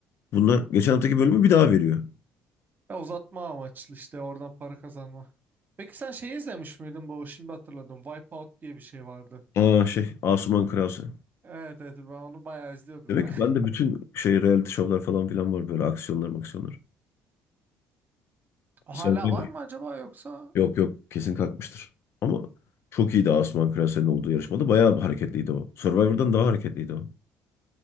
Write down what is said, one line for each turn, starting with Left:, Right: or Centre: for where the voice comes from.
Left: Bunlar geçen haftaki bölümü bir daha veriyor.
Right: Ya uzatma amaçlı işte oradan para kazanma. Peki sen şey izlemiş miydin bu şimdi hatırladım Wipeout diye bir şey vardı.
Left: Aa şey Asuman Krause.
Right: Evet evet ben onu bayağı izliyordum
Left: Demek
Right: ya.
Left: ki ben de bütün şey reality şovlar falan filan var böyle aksiyonlar maksiyonlar.
Right: <laughs> Hala
Left: Survivor.
Right: var mı acaba yoksa?
Left: Yok yok kesin kalkmıştır. Ama çok iyiydi Asuman Krause'nin olduğu yarışmada. Bayağı hareketliydi o. Survivor'dan daha hareketliydi o.